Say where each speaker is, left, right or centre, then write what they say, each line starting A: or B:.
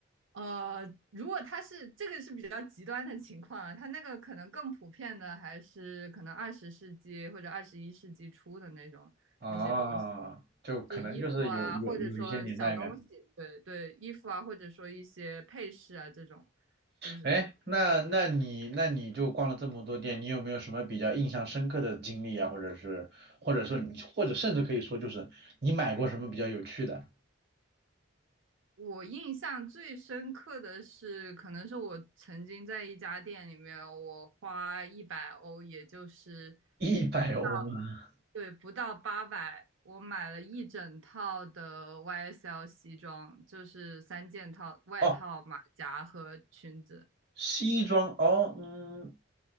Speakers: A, on the right (about 75°); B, on the right (about 55°).
A: 呃，如果他是这个是比较极端的情况啊，他那个可能更普遍的还是可能二十世纪或者二十一世纪初的那种那些东西，
B: 啊，就可能就是有有有一些年代感。
A: 就衣服啊，或者说小东西，对对，衣服啊，或者说一些配饰啊这种，就是
B: 哎，那那你那你就逛了这么多店，你有没有什么比较印象深刻的经历啊？或者是或者说你或者甚至可以说就是你买过什么比较有趣的？
A: 我印象最深刻的是，可能是我曾经在一家店里面，我花一百欧，也就是。
B: 一百欧吗？
A: 不。对，不到八百，我买了一整套的 YSL 西装，就是三件套，外套、
B: 哦，
A: 马甲和裙子。
B: 西装哦，嗯，